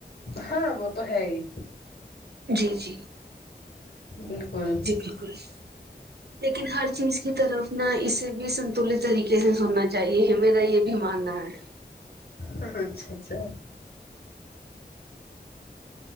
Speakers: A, on the left; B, on the right.
A: ہاں وہ تو ہے ہی
B: جی جی
A: بالکل
B: جی بالکل لیکن ہر چیز کی طرف نا اسے بھی سنتولت طریقے جیسے سننا چاہیے یہ میرا یہ بھی ماننا ہے
A: ہم اچھا اچھا